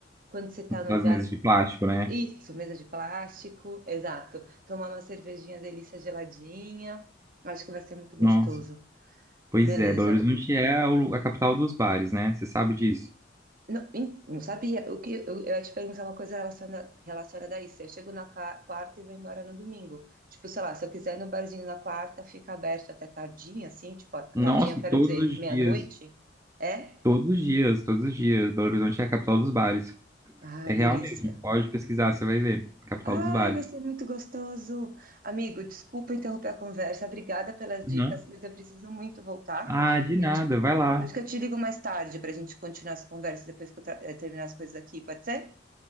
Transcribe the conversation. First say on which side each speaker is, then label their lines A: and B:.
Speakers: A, on the right (about 50°); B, on the right (about 15°).
A: Quando você tá
B: aquelas
A: no lugar,
B: mesas de plástico, né?
A: isso, mesa de plástico, exato. Tomar uma cervejinha delícia geladinha, acho que vai ser muito gostoso.
B: Nossa, pois
A: Beleza.
B: é, Belo Horizonte é o- lu- a capital dos bares, né? Você sabe disso?
A: Não, em- não sabia, o que eu, eu ia te perguntar uma coisa relaciona- relacionada a isso. Eu chego na qua- quarta e vou embora no domingo. Tipo, sei lá, se eu quiser ir no barzinho na quarta, fica aberto até tardinha, assim, tipo, a- tardinha,
B: Nossa,
A: eu
B: e
A: quero
B: todos
A: dizer,
B: os
A: meia-noite,
B: dias,
A: é?
B: todos os dias, todos os dias, Belo Horizonte é a capital dos bares.
A: Ah,
B: É real
A: delícia.
B: mesmo. Pode pesquisar, você vai ver. Capital
A: Ai,
B: dos bares.
A: vai ser muito gostoso. Amigo, desculpa interromper a conversa. Obrigada pelas dicas,
B: Uhum.
A: mas eu preciso muito voltar.
B: Ah, de
A: Eu
B: nada.
A: te-
B: Vai lá.
A: Acho que eu te ligo mais tarde para a gente continuar essa conversa depois que eu tra- eh, terminar as coisas aqui, pode ser?